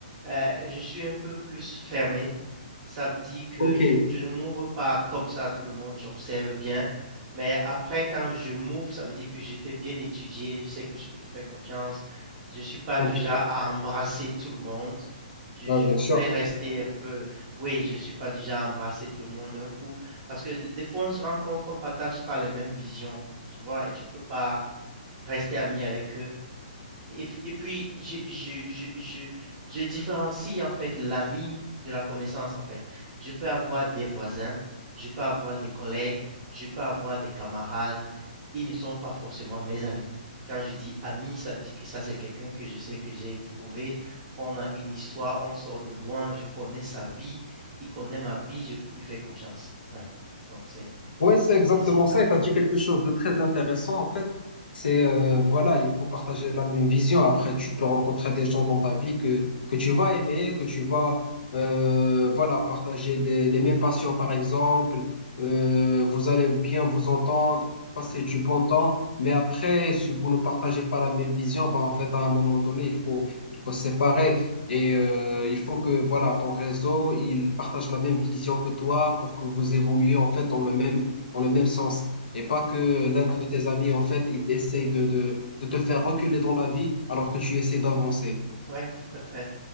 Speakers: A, on the right; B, on the left.
A: euh, je suis un peu plus fermé. Ça veut dire que
B: Ok.
A: je, je ne m'ouvre pas comme ça à tout le monde, j'observe bien. Mais après, quand je m'ouvre, ça veut dire que j'étais bien étudié, je sais que je peux te faire confiance. Je suis pas
B: Ok.
A: du genre à embrasser tout le monde. Je,
B: Ouais,
A: je
B: bien
A: préfère
B: sûr.
A: rester un peu. Oui, je ne suis pas du genre à embrasser tout le monde d'un coup. Parce que des des fois, on se rend compte qu'on ne partage pas les mêmes visions. Tu vois, et tu peux pas rester ami avec eux. Et, f- et puis, je, je, je, je, je différencie en fait l'ami de la connaissance en fait. Je peux avoir des voisins, je peux avoir des collègues, je peux avoir des camarades, ils ne sont pas forcément mes amis. Quand je dis ami, ça veut dire que ça, c'est quelqu'un que je sais que j'ai éprouvé. On a une histoire, on sort de loin, je connais sa vie, il connaît ma vie, je peux lui faire confiance. Ouais. Donc, c'est,
B: Ouais, c'est
A: ce sont
B: exactement
A: les étapes.
B: ça. Et tu as dit quelque chose de très intéressant, en fait. C'est, euh, voilà, il faut partager la même vision. Après, tu peux rencontrer des gens dans ta vie que, que tu vas aimer, que tu vas, euh, voilà, partager des, les mêmes passions, par exemple. Euh, vous allez bien vous entendre, passer
A: Ouais.
B: du bon temps. Mais après, si vous ne partagez pas la même vision, ben, en fait, à un moment donné, il faut, il faut se séparer. Et euh, il faut que, voilà, ton réseau, il partage la même vision que toi pour que vous évoluiez, en fait, dans le même dans le même sens. Et pas que l'un de tes amis, en fait, il essaie de, de, de te faire reculer dans la vie alors que tu essaies d'avancer.
A: Oui, tout à fait.